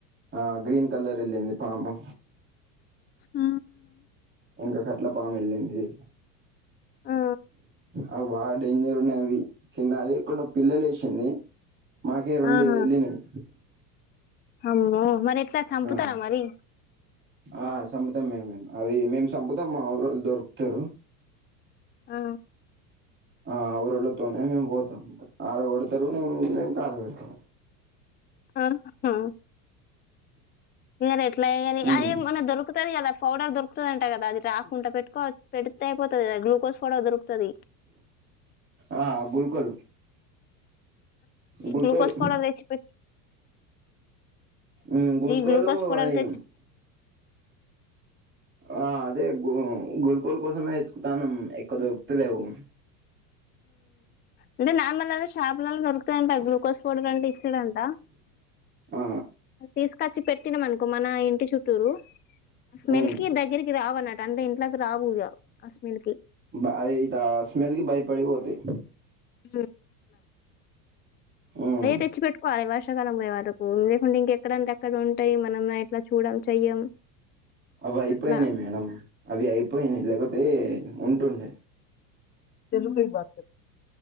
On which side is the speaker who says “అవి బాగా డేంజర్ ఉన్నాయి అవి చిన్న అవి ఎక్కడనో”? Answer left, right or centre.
Right